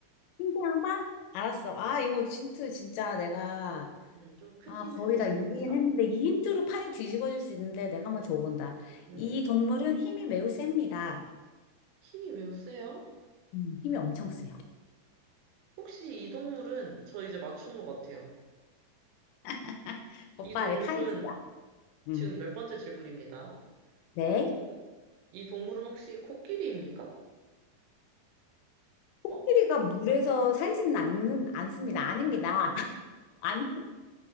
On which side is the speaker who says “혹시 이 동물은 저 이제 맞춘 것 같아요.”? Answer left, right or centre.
Right